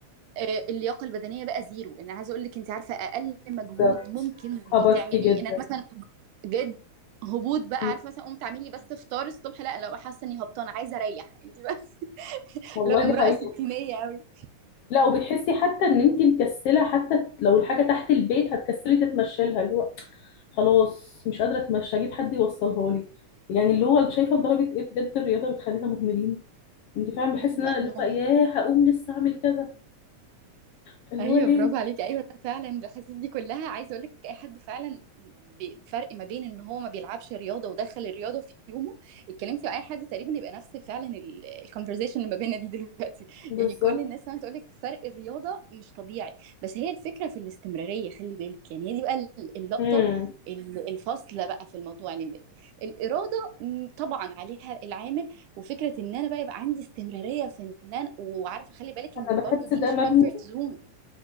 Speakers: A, on the right; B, on the left.
A: آه اللياقه البدنيه بقى زيرو انا عايزه اقول لك انت عارفه اقل مجهود
B: بالظبط
A: ممكن
B: هبطتي
A: تعمليه
B: جدا
A: ان انا مثلا جد هبوط بقى
B: مم.
A: عارفه مثلا قمت اعمل لي بس فطار الصبح لا لو حاسه اني هبطانه عايزه اريح انت بقى <laughs>
B: والله
A: لو امراه
B: دي حقيقة
A: ستينيه قوي
B: لا وبتحسي حتى ان انت مكسله حتى لو الحاجه تحت البيت هتكسلي تتمشي لها اللي هو خلاص مش قادره اتمشى اجيب حد يوصلها لي يعني اللي هو شايفه لدرجه ايه بجد الرياضه بتخلينا مهملين انت فعلا بحس
A: ايوه
B: ان انا اللي
A: ايوه
B: هو ياه هقوم لسه اعمل كذا فاللي
A: ايوه
B: هو ليه
A: برافو عليكي ايوه ده فعلا الحاسيس دي كلها عايزه اقول لك اي حد فعلا بفرق ما بين ان هو ما بيلعبش رياضه ودخل الرياضه في يومه اتكلمتي مع اي حد تقريبا يبقى نفس فعلا الكونفرزيشن اللي ما بيننا دي دلوقتي <laughs>
B: بالظبط
A: يعني كل الناس فعلا تقول لك فرق الرياضه مش طبيعي بس هي الفكره في الاستمراريه خلي بالك يعني هي دي بقى ال- اللقطه
B: امم
A: ال- الفاصله بقى في الموضوع لان الاراده م، طبعا عليها العامل وفكره ان انا بقى يبقى عندي استمراريه في ان انا وعارفه خلي بالك ان
B: انا
A: برضو
B: بحس
A: دي
B: ده
A: مش
B: مبني
A: كومفورت زون